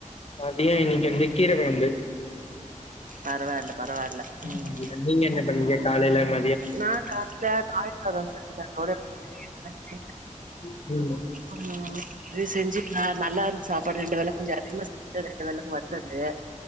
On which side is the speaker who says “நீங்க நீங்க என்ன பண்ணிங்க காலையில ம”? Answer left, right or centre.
Left